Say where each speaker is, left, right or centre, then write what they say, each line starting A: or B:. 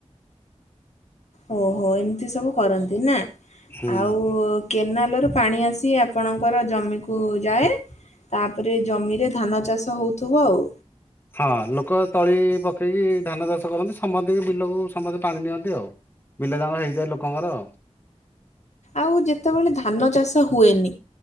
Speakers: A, on the left; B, on the left.
A: ଓହୋ ଏମିତି ସବୁ କରନ୍ତି ନା
B: ହୁଁ
A: ଆଉ କେନାଲରୁ ପାଣି ଆସି ଆପଣଙ୍କର ଜମିକୁ ଯାଏ। ତାପରେ ଜମିରେ ଧାନ ଚାଷ ହଉଥିବ ଆଉ।
B: ହଁ ଲୋକ ତଳି ପକେଇକି ଧାନ ଚାଷ କରନ୍ତି ସମତିକି ବିଲକୁ ସମସ୍ତେ ପାଣି ନିଅନ୍ତି ଆଉ। ବିଲ ଜାଙ୍ଗ ହେଇଯାଏ ଲୋକଙ୍କର।
A: ଆଉ ଯେତେବେଳେ ଧାନ ଚାଷ ହୁଏନି